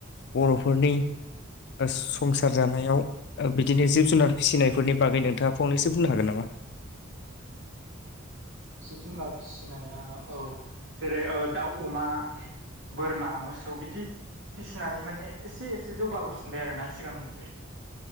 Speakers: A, on the left (about 55°); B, on the right (about 65°).
A: बर'फोरनि स संसार जानायाव बिदिनो जिब जुनार फिसिनायफोरनि बागै नोंथाङा फंनैसो बुंनो हागोन नामा?
B: जिब जुनार फिसिनाया औ जेरै दाउ अमा बोरमा मोसौ बिदि फिसिनानै माने एसे एसे जौगाबोफिनबाय आरो ना सिगांनिख्रुइ